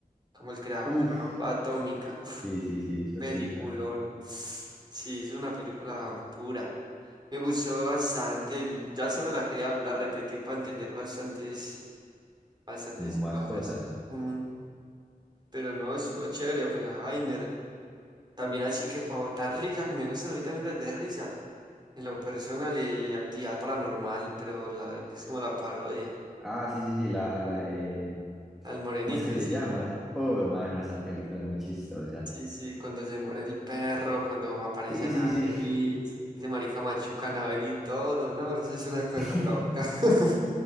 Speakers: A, on the right (about 30°); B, in the centre.
A: como el creador
B: Uf,
A: de la bomba atómica. Uf,
B: sí, sí, sí, eso
A: peliculón.
B: cinta,
A: Sí, es una película dura. Me gustó bastante. Ya se me la quería volver a repetir para entender bastantes, bastantes
B: como más
A: cosas.
B: cosas.
A: Mm, pero no, estuvo chévere, Oppenheimer. También así que para botar risa, que me gustan a mí también las de risa. En lo personal y actividad paranormal, pero la verdad que es como la parodia.
B: Ah, sí, sí, sí, la, la de...
A: Al morenito,
B: ¿Cómo es que se
A: sí.
B: llama? Oh, hermano, esa película es muy chistosa.
A: Sí, sí, cuando se muere el perro, cuando aparece
B: Sí, sí, sí.
A: Anabel y ese marica machuca a Anabel y todo, no, eso es una cosa
B: <laughs>
A: loca. <laughs>